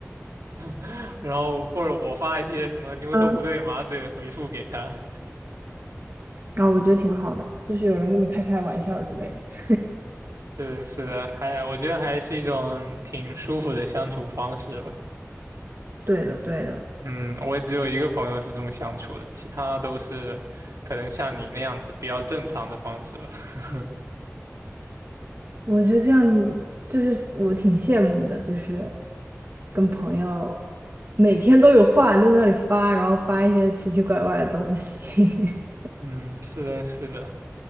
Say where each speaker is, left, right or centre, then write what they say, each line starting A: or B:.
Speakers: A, on the right (about 75°); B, on the right (about 45°).
A: <laughs> 然后或者我发一些什么牛头不对马嘴的回复给他。
B: 嗯，啊，我觉得挺好的，就是有人跟你开开玩笑之类的。
A: 是的是的，还我觉得还是一种挺舒服的相处方式吧。
B: 对的，对的。
A: 嗯，我也只有一个朋友是这么相处的，其他都是可能像你那样子比较正常的方式吧。<laughs>
B: 我觉得这样就是我挺羡慕的，就是跟朋友每天都有话在那里发，然后发一些奇奇怪怪的东西。<laughs>
A: 嗯，是的，是的。